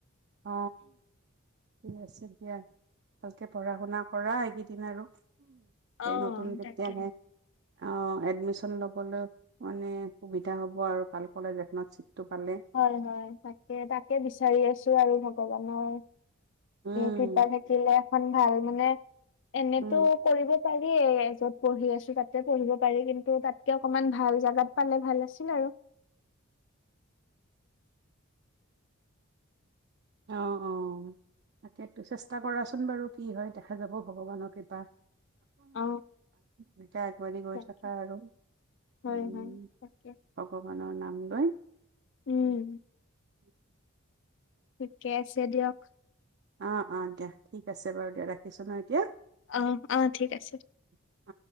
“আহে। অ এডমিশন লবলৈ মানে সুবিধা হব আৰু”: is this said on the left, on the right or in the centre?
Right